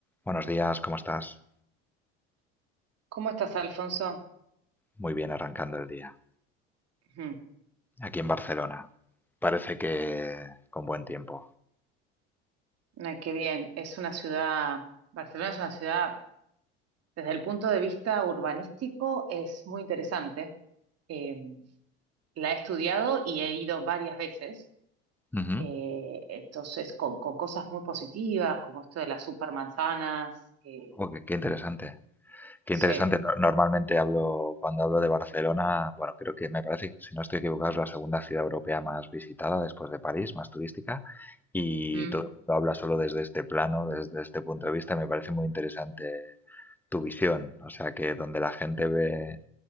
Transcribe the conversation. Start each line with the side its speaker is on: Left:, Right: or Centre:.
Centre: Buenos días, ¿cómo estás?
Right: ¿Cómo estás, Alfonso?
Centre: Muy bien arrancando el día.
Right: Ujú.
Centre: Aquí en Barcelona. Parece que con buen tiempo.
Right: Ay, qué bien. Es una ciudad, Barcelona es una ciudad, desde el punto de vista urbanístico, es muy interesante. Eh, la he estudiado y he ido varias veces.
Centre: Ujú.
Right: Eh, entonces, con, con cosas muy positivas, como esto de las supermanzanas. eh,
Centre: Oh, qué, qué interesante. Qué
Right: sí.
Centre: interesante. No- normalmente hablo, cuando hablo de Barcelona, bueno, creo que me parece, que, si no estoy equivocado, es la segunda ciudad europea más visitada después de París, más turística. Y
Right: Mm.
Centre: todo el mundo habla solo desde este plano, desde este punto de vista. y Me parece muy interesante tu visión. O sea, que donde la gente ve